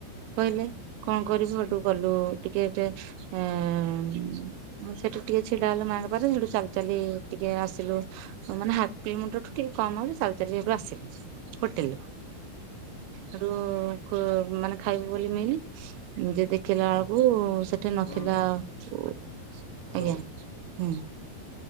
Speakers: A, on the right (about 80°); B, on the left (about 30°).
A: କହିଲେ କଣ କରିବୁ ହେଠୁ କଲୁ ଟିକେ ଯେ ଏଁ ଏ ସେଟୁ <unintelligible> ଟିକେ ଛିଡା ହେଲୁ ମାଆଙ୍କ ପାଖରେ ହେଟୁ ଚାଲି ଚାଲି ଟିକେ ଆସିଲୁ। ମାନେ ହାଫ୍ କିଲୋମିଟରଠୁ ଟିକେ କମ୍ ହବ ଚାଲି ଚାଲି ହେଟୁ ଆସିଲି ହୋଟେଲ ରୁ ହେଟୁ ଖୋ ମାନେ ଖାଇବୁ ବୋଲି ମିିଲ୍ ଯେ ଦେଖିଲା
B: ହଉ
A: ବେଳକୁ ସେଠି
B: ଶୁଣନ୍ତୁ
A: ନଥିଲା ଆଉ <unintelligible>
B: ହ୍ୟାଲୋ
A: ଆଜ୍ଞା ହୁଁ।